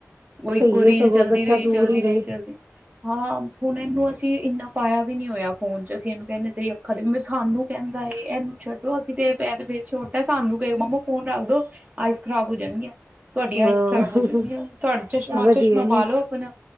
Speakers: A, on the right; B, on the right.
A: ਉਹ
B: ਸਹੀ
A: ਇੱਕੋ
B: ਹੈ
A: ਰੀਲ
B: ਸਗੋਂ
A: ਚਲਦੀ
B: ਬੱਚਾ
A: ਰਹੀ
B: ਦੂਰ
A: ਚਲਦੀ
B: ਹੀ ਰਹੇ
A: ਰਹੀ ਚੱਲਦੀ। ਹਾਂ ਹੁਣ ਇਹਨੂੰ ਅਸੀਂ ਇੰਨਾ ਪਾਇਆ ਵੀ ਨੀ ਹੋਇਆ ਫੋਨ ਚ ਅਸੀਂ ਇਹਨੂੰ ਕਹਿੰਦੇ ਤੇਰੀ ਅੱਖਾਂ ਦੇ ਸਾਨੂੰ ਕਹਿੰਦਾ ਇਹਨੂੰ ਛੱਡੋ ਅਸੀਂ ਤੇ ਫ ਛੋਟਾ ਸਾਨੂੰ ਕ ਮਾਮਾ ਫੋਨ ਰੱਖ ਦੋ ਆਈਸ ਖਰਾਬ ਹੋ ਜਾਣੀਆਂ। ਤੁਹਾਡੀ
B: ਹਾਂ
A: ਆਇਸ ਖ਼ਰਾਬ ਹੋ ਜਾਂਦੀ ਹੈ ਤੁਹਾਡਾ ਚਸ਼ਮਾ
B: ਵਧੀਆ
A: ਚਸ਼ਮਾ ਪਾ ਲਓ ਆਪਣਾ